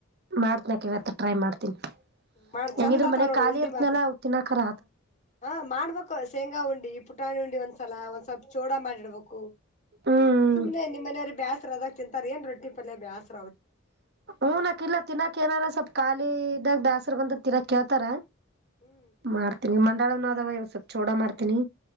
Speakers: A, on the right; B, on the left.
A: ಮಾಡ್ತನಕ ಇವತ್ತ ಟ್ರೈ ಮಾಡ್ತನಿ
B: ಮಾಡ್
A: ಹೆಂಗಿದ್ರ
B: ಚಂದ ಆತಾವ್
A: ಮನೆ
B: ನೋಡು
A: ಖಾಲಿ
B: ಉಂಡಿ
A: ಇರ್ತ್ನಲ್ಲ
B: ಮಾತ್ರ
A: ತಿನಾಕರ
B: ಹಾ ಮಾಡ್ಬೇಕು ಶೇಂಗಾ ಉಂಡಿ ಪುಟ್ಟಾ ಪುಟಾಣಿ ಉಂಡಿ ಒಂದ್ಸಲ ಒಂದ್ ಸ್ವಲ್ಪ ಚೋಡಾ ಮಾಡಿಡ್ಬೇಕು
A: ಹ್ಮ್
B: ಸುಮ್ಮ್ನೆ ನಿಮ್ಮ ಮನೆಯವ್ರ ಬ್ಯಾಸ್ರ ಅದ ತಿಂತಾರ ಏನ್ ರೊಟ್ಟಿ ಪಲ್ಯ ಬ್ಯಾಸರ
A: ಊನಕ್ ಇಲ್ಲ ತಿನ್ನಾಕ್ ಏನಾರ ಸ್ವಲ್ಪ ಖಾಲಿದಾಗ ಬ್ಯಾಸರ ಬಂದ ತಿನ್ನಾಕ್ ಕೇಳ್ತಾರ
B: ಹ್ಮ್
A: ಮಾಡ್ತೀನಿ ಮಂಡಳನ ಅದಾವ ಇವ ಸ್ವಲ್ಪ್ ಚೋಡಾ ಮಾಡ್ತೀನಿ